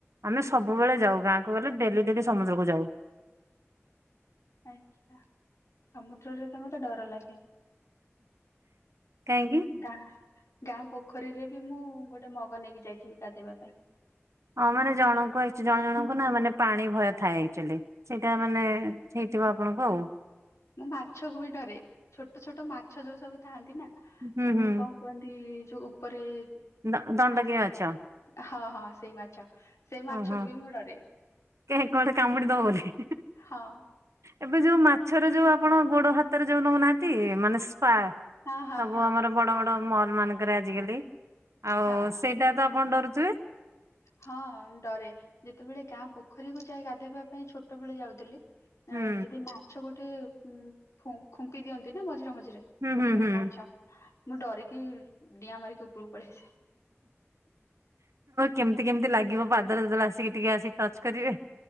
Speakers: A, on the right (about 80°); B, on the left (about 80°).
A: ଆମେ ସବୁବେଳେ ଯାଉ ଗାଁକୁ ଗଲେ ଡେଲି ଡେଲି ସମୁଦ୍ରକୁ ଯାଉ।
B: ଆଛା ସମୁଦ୍ରରେ ତ ମତେ ଡର ଲାଗେ।
A: କାହିଁକି?
B: ଗାଁ ଗାଁ ପୋଖରୀରେ ବି ମୁଁ ଗୋଟେ ମଗ ନେଇକି ଯାଇଥିବି ଗାଧେଇବା ପାଇଁ।
A: ହଁ ମାନେ ଜଣଙ୍କୁ ଆଇଛି ଜଣ
B: ପାଇଁ
A: ଜଣଙ୍କୁ ନା ମାନେ। ପାଣି ଭୟ ଥାଏ ଆକ୍ଚୁଆଲି ସେଇଟା ମାନେ ହେଇଥିବ ଆପଣଙ୍କୁ ଆଉ।
B: ମୁଁ ମାଛକୁ ବି ଡରେ ଛୋଟ ଛୋଟ ମାଛ ଯୋଉ ସବୁ ଥାଆନ୍ତି ନା ତାକୁ
A: ହୁଁ ହୁଁ।
B: କଣ କୁହନ୍ତି ଯୋଉ ଉପରେ
A: ଦ ଦଣ୍ଡକି
B: ଥାଆନ୍ତି।
A: ମାଛ।
B: ହଁ ହଁ ସେଇ ମାଛ। ସେଇ ମାଛକୁ
A: ଓହୋ
B: ବି ମୁଁ ଡରେ
A: କିଆଁ କୁଆଡେ କାମୁଡି ଦବବୋଲି।
B: ହଁ
A: ଏବେ ଯୋଉ ମାଛର ଯୋଉ ଆପଣ ଗୋଡ ହାତରେ ଯୋଉ ନଉନାହାନ୍ତି ମାନେ ପା
B: ହଁ ହଁ
A: ସବୁ
B: ହଁ।
A: ଆମର
B: ସା-
A: ବଡ ବଡ। ମଲ ମାନଙ୍କରେ ଆଜିକାଲି ଆଉ
B: ହଁ
A: ସେଇଟା ତ ଆପଣ ଡରୁଥିବେ?
B: ହଁ ଡରେ ଯେତେବେଳେ ଗାଁ ପୋଖରୀକୁ ଯାଐ ଗାଧୋଇବା ପାଇଁ ଛୋଟ ବେଳେ ଯାଉଥିଲି। ଆ
A: ହୁଁ
B: ଯଦି ମାଛ ଗୋଟେ ଉ ଖୁମ୍ପି ଦିଅନ୍ତି ନା ମଝିରେ ମଝିରେ।
A: ହୁଁ
B: ଗୋଟେ
A: ହୁଁ
B: ଗୋଟେ
A: ହୁଁ।
B: ମାଛ ମୁଁ ଡରିକି ଡିଆଁ ମାରିକି ଉପରକୁ ପଳେଇଆସେ।
A: କେମିତି କେମତି ଲାଗିବ ପାଦରେ ଯେତୋଳେ ଆସିବ। ଏତିକି ଟିକେ ଆସି ଟଚ କଦିବେ